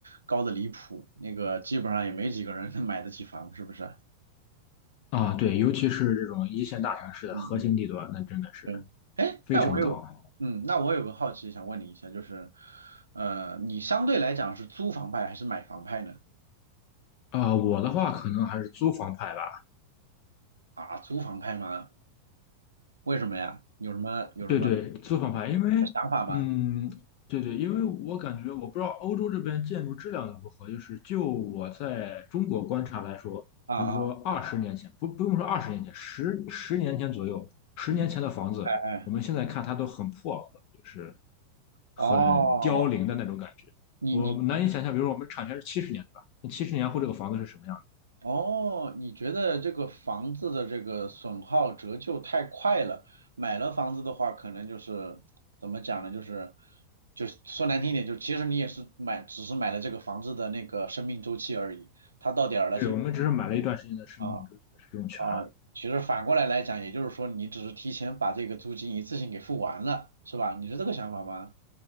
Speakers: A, on the right; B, on the left.
A: 高的离谱，那个基本上也没几个人能买得起房，是不是？
B: 啊，对，尤其是这种一线大城市的核心地段，
A: 嗯嗯
B: 那真的是
A: 对，哎，
B: 非常高啊。
A: 那我有，嗯，那我有个好奇想问你一下，就是，呃，你相对来讲是租房派还是买房派呢？
B: 啊、我的话可能还是租房派吧，
A: 啊，租房派吗？为什么呀？有什么有什么
B: 对对，作房牌，因为
A: 想法吗？
B: 嗯，对对，因为我感觉我不知道欧洲这边建筑质量如何，就是就我在中国观察来说，
A: 啊啊，
B: 比如说二十年前，不不用说二十年前，十十年前左右，十年前的房子，
A: 嗯，哎哎，
B: 我们现在看它都很破和就是很凋零的那种感觉。
A: 哦，你你
B: 我难以想象，比如说我们产权是七十年，对吧？那七十年后这个房子是什么样
A: 哦，你觉得这个房子的这个损耗折旧太快了，买了房子的话，可能就是怎么讲呢？就是就是说难听一点，就其实你也是买，只是买了这个房子的那个生命周期而已，它到点儿了，
B: 的？
A: 其实
B: 对，我们只是买了一段时间的生命周期的使用权。
A: 啊啊，其实反过来来讲，也就是说你只是提前把这个租金一次性给付完了，是吧？你是这个想法吗？